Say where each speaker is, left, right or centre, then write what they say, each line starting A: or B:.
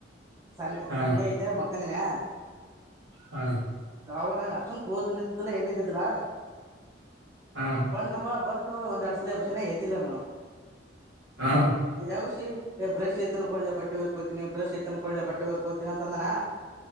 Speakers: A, on the right (about 15°); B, on the right (about 70°).
A: ಸಂಡೆ
B: ಹಾ
A: ಸಂಡೆ ಐತೆ <unintelligible>
B: ಹಾ
A: <unintelligible> ಕ್ಲೋಸ್ನ್ ಇದ್ದಿದ್ದಿಲ್ಲ ಏನ ಇದ್ದಿದ್ದಲ
B: ಹಾ
A: ಬಂದಪ್ಪಾ ಬಂದ್ ಒಂದ್ ಎರಡ್ ಸಲ ಎಬ್ಬಿಸನ ಎದ್ದಿಲ್ಲನು
B: ಹಾ
A: ಎಬ್ಬಿಸಿ ಬ್ರಷ್ ಐತನ ಕೊಳ್ಳೆ ಬಟ್ಟೆ ಹೋಗಿಯೋಕೆ ಹೋಗತೀನಿ ಬ್ರಷ್ ಐತನ್ ಕೊಳ್ಳೆ ಬಟ್ಟೆ ಹೋಗಿಯೋಕೆ ಹೋಗತೀನಿ ಅಂತಂದನ